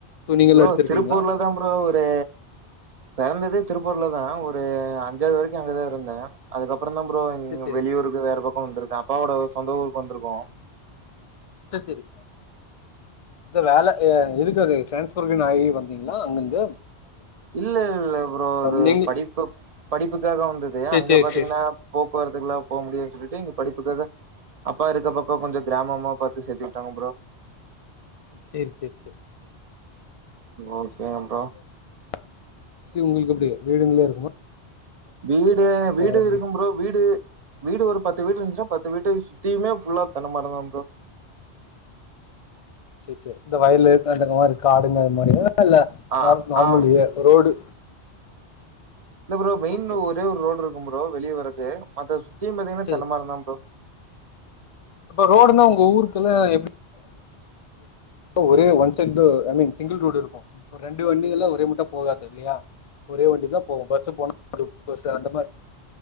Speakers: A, on the left; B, on the right.
A: துணிகள்
B: ப்ரோ
A: எடுத்திருக்கீங்களா
B: திருப்பூர் ல தா ப்ரோ பெ பெறந்ததே திருப்பூர்ல தா ஒரு அஞ்சாவது வரைக்கு அங்கதா இருந்த அதுக்கப் அப்றந்தா ப்ரோ இங்
A: சேரி சேரி
B: வெளியூருக்கு வேற பக்கோ வந்துருக்கு அப்பாவோட சொந்த ஊருக்கு வந்துருக்கோ
A: செர் செரி இந்த வேல ஏ எதுக்க டிரான்ஸ்ஃபர் ஆயி வந்திங்களா அங்கருந்து
B: இல்ல இல்ல ப்ரோ அது
A: நீங்க
B: படிப்பு படிப்புக்காக வந்தது
A: சேரி
B: அங்க
A: சேரி
B: பாத்தீங்னா
A: சேரி
B: போக்குவரத்துக்குலா போ முடிலன் சொல்லிட்டு இங்க படிப்பு க்காக அப்பா இருக்க பக்கோ கொஞ்சோ கிராமமா பாத்து சேத்து விட்டாங்க ப்ரோ
A: செரி செரி செரி
B: ஓகே ப்ரோ
A: <unintelligible> உங்களுக்கு எப்டி வீடுங்களே இருக்குமா
B: வீடு வீடு
A: எப்படி
B: இருக்கு ப்ரோ வீடு வீடு ஒரு பத்து வீடு இருந்துச்சுன்னா பத்து வீட்டு சுத்தியுமே ஃபுல்லா தென்ன மரந்தா ப்ரோ
A: செரி செரி இந்த வயலு அந்த மாரி காடுங்க அது மாரி <unintelligible> இல்ல
B: ஆ
A: நார் நார்மல்
B: ஆ
A: ஏரியா ரோடு
B: இல்ல ப்ரோ மெயின்ல
A: ஓகே
B: ஒரே ஒரு ரோடு இரு க்கு ப்ரோ வெளிய வரது மத்த சுத்தி <unintelligible> தியு பாத்திங்னா
A: சேரி
B: தென்ன மரந்தா ப்ரோ
A: இப்ப ரோடுனா உங்க ஊருக்குலா எப்டி <inaudible> ஒரே one side two I mean single road இருக்கு ரெண்டு வண்டி எல்லா ஒரே மூட்டா போகாது இல்லியா ஒரே வண்டி தா போகு பஸ் போனா <inaudible> பசு அந்த மாரி